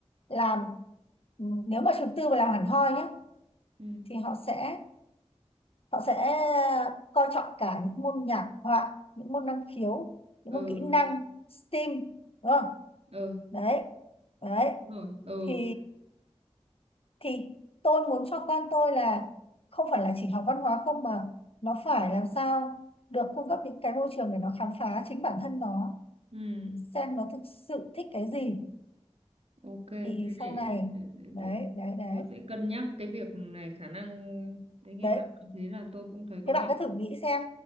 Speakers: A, on the left (about 55°); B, on the right (about 65°).
A: làm nếu mà trường tư mà làm hẳn hoi nhá
B: ừ
A: thì họ sẽ họ sẽ coi trọng cả những môn nhạc họa những môn năng khiếu những
B: ừ
A: môn kỹ năng STEAM đúng không?
B: ừ,
A: đấy đấy
B: đúng rồi ừ
A: thì thì tôi muốn cho con tôi là không phải là chỉ học văn hóa không mà nó phải làm sao được cung cấp những cái môi trường để nó khám phá chính bản thân nó
B: ừ
A: xem nó thực sự thích cái gì
B: ok thế
A: thì
B: để
A: sau này
B: để để, để.
A: đấy đấy đấy
B: tôi sẽ cân nhắc cái việc này khả năng đấy nghe
A: đấy
B: bạn nói thế là tôi cũng thấy có
A: thế bạn
B: vẻ
A: cứ thử nghĩ xem